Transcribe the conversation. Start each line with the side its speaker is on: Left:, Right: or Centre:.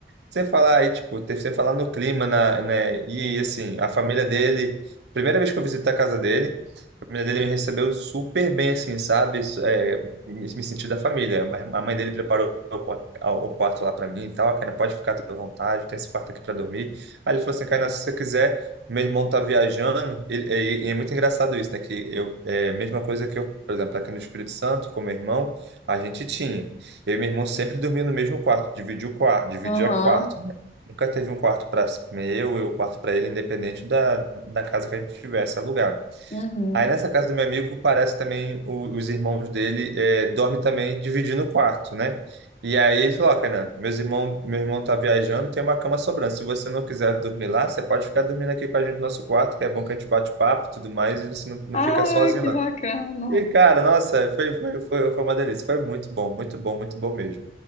Right: Você falar aí, tipo, ter- você falar no clima, na, né? E assim, a família dele, primeira vez que eu visitei a casa dele, a família dele me recebeu super bem, assim, sabe? Isso, É, me me senti da família. A a mãe dele preparou o qua- o quarto lá para mim e tal. A Kaina pode ficar toda à vontade, tem esse quarto aqui para dormir. Aí ele falou assim: Kaina, se você quiser, meu irmão tá viajando. Ele, é, é muito engraçado isso, né? Que eu, é a mesma coisa que eu, por exemplo, aqui no Espírito Santo, com meu irmão, a gente tinha. Eu e meu irmão sempre dormia no mesmo quarto, dividia o quarto, dividia
Left: Aham.
Right: quarto, né? Nunca teve um quarto para eu e o quarto para ele, independente da, da casa que a gente tivesse alugado.
Left: Uhum.
Right: Aí nessa casa do meu amigo parece também o- os irmãos dele é, dormem também dividindo o quarto, né? E aí ele falou, ó, Kainan, meus irmão, meu irmão tá viajando, tem uma cama sobrando. Se você não quiser dormir lá, você pode ficar dormindo aqui com a gente no nosso quarto, que é bom que a gente bate papo e tudo mais, e você não, não
Left: Ah,
Right: fica sozinho
Left: que
Right: lá.
Left: bacana!
Right: E, cara, nossa, foi, foi, foi, foi uma delícia. Foi muito bom, muito bom, muito bom mesmo.